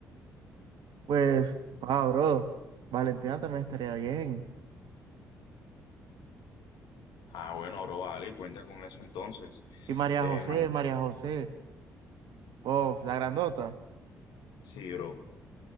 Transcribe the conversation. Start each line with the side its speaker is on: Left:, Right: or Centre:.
Right: Pues, wow, bro, Valentina también estaría bien.
Left: Ah, bueno, bro, vale, cuenta con eso entonces.
Right: Y María
Left: Em,
Right: José, María José, oh, la grandota,
Left: sí, bro,